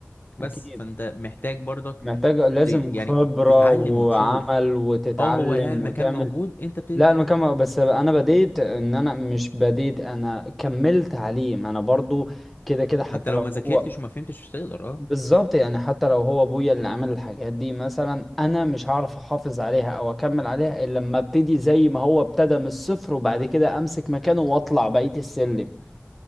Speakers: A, on the left (about 50°); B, in the centre.
A: بس
B: اكيد
A: فانت محتاج برضك
B: محتاج لازم
A: ت- يعني
B: خبرة
A: تتعلم
B: وعمل
A: وتشوف
B: وتتعلم
A: اه هو لا المكان
B: وتعمل
A: موجود انت بتبتدي
B: لا
A: من
B: المكان
A: تحت
B: بس انا بديت ان انا مش بديت انا كملت عليه ما انا برضو كده كده حتى
A: ما انت لو
B: لو
A: ما
B: هو
A: ذاكرتش وما فهمتش مش هتقدر اه
B: بالظبط يعني حتى لو هو ابويا اللي عمل الحاجات دي مثلا انا مش هعرف احافظ عليها او اكمل عليها الا لما ابتدي زي ما هو ابتدى من الصفر وبعد كده امسك مكانه واطلع بقية السلم